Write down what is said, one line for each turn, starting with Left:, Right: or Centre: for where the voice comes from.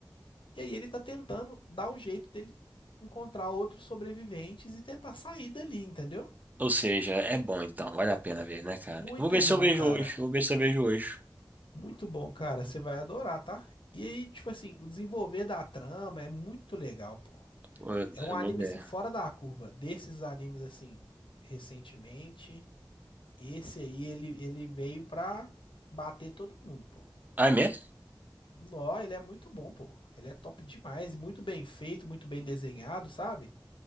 Left: E aí ele tá tentando dar um jeito dele encontrar outros sobreviventes e tentar sair dali, entendeu?
Right: Ou seja, é bom então. Vale a pena ver, né, cara?
Left: Muito
Right: Eu vou ver
Left: bom,
Right: se eu vejo
Left: cara.
Right: hoje. eu Vou ver se eu vejo hoje.
Left: Muito bom, cara. Você vai adorar, tá? E aí, tipo assim, o desenvolver da trama é muito legal, pô.
Right: Eu,
Left: É um
Right: eu
Left: anime
Right: vou ver.
Left: assim fora da curva. Desses animes assim recentemente, esse aí ele, ele veio pra bater todo mundo, pô.
Right: Ah, é mesmo?
Left: Nó, ele é muito bom, pô. Ele é top demais, e muito bem feito, muito bem desenhado, sabe?